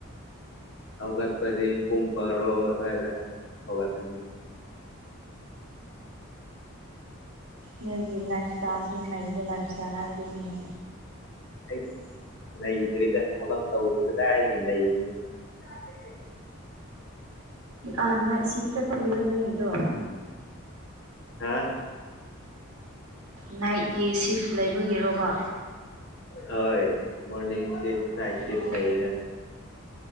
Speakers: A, on the left; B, on the right.
A: ꯍꯧꯒꯠꯄꯗꯤ ꯄꯨꯡ ꯕꯔꯣ ꯑꯗꯥꯏꯗ ꯍꯧꯒꯠꯄꯅꯤ
B: ꯅꯣꯏꯒꯤ ꯂꯥꯏꯐ ꯏꯁꯇꯥꯏꯜꯁꯤ ꯅꯩꯕ ꯂꯥꯏꯐ ꯏꯁꯇꯥꯏꯜ ꯍꯥꯏꯕꯗꯨꯅꯤꯅꯦ
A: ꯑꯩꯁ ꯅꯩꯗ꯭ꯔꯦꯗ ꯊꯕꯛ ꯇꯧꯕ ꯀꯗꯥꯏꯗꯒ ꯅꯩꯕꯅꯣ <unintelligible>
B: ꯑ ꯅ <unintelligible> ꯁꯤꯞ ꯆꯠꯄꯒꯤꯗꯣ ꯅꯣꯏꯒꯤꯗꯣ
A: ꯍꯥ
B: ꯅꯥꯏꯠꯒꯤ ꯁꯤꯐ ꯂꯩꯕꯒꯤꯔꯣꯕꯥ
A: ꯍꯣꯏ ꯃꯣꯔꯅꯤꯡ ꯁꯤꯐ ꯅꯥꯠ ꯁꯤꯐ
B: ꯑꯣ
A: ꯂꯩꯗ꯫